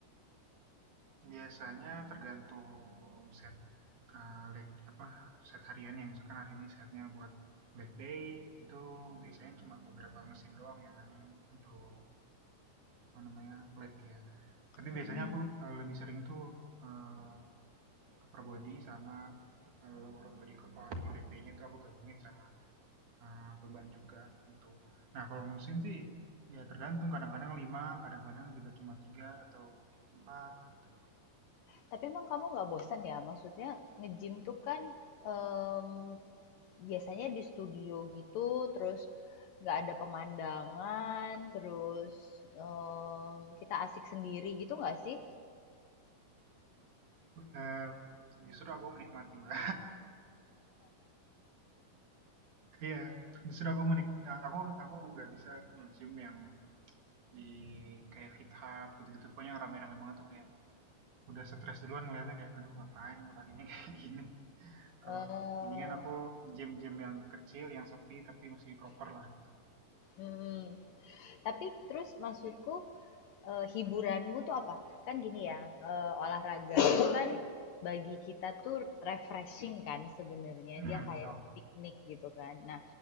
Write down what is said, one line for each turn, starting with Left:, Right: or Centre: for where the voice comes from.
Right: Biasanya tergantung set eh, leg apa set hariannya. Misalkan hari ini setnya buat Black Day itu biasanya cuma beberapa mesin doang yang memang untuk apa namanya leg ya. Tapi
Left: Mhm.
Right: biasanya aku eh, lebih sering tuh eh, upper body sama eh, lower body compound. Jadi leg day-nya tuh aku gabungin sama eee, beban juga gitu. Nah kalau musim sih, ya tergantung kadang-kadang 5, kadang-kadang juga cuma 3 atau 4 gitu.
Left: Tapi emang kamu nggak bosan ya? Maksudnya nge-gym tuh kan em, biasanya di studio gitu, terus nggak ada pemandangan, terus em, kita asik sendiri gitu nggak sih?
Right: Eee, justru aku menikmati Mbak, iya <laughs> yeah, justru aku menik ya, aku aku nggak bisa musim yang di kayak fit hop gitu-gitu, pokoknya yang rame-rame banget tuh kayak udah stres duluan ngelihatnya kayak, "Aduh ngapain gua hari ini kayak gini." <laughs>
Left: Eh,
Right: Kalau mendingan aku gym-gym yang kecil, yang sepi tapi masih proper lah gitu.
Left: mm, Tapi terus maksudku, eee, hiburanmu tuh apa? Kan gini ya, eee, olahraga itu kan bagi kita tuh refreshing kan sebenarnya,
Right: Mhm,
Left: dia kayak
Right: betul.
Left: piknik gitu kan. Nah,